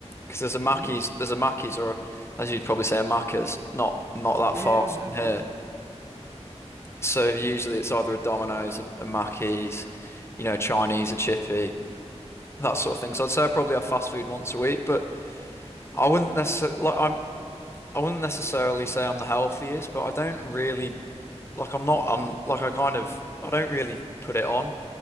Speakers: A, on the left; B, on the right.
A: Because there's a Mackey's,
B: Mm-hmm.
A: there's a Mackey's, or as you'd probably say, a Macca's, not not that
B: Yeah,
A: far
B: <laughs> Mac
A: from here.
B: is.
A: So usually it's either a Domino's, a, a Mackey's, you know, Chinese, a chippy, that sort of thing. So I'd say I probably have fast food once a week, but I wouldn't necessarily like I'm I wouldn't necessarily say I'm the healthiest, but I don't really like I'm not I'm like I kind of I don't really put it on.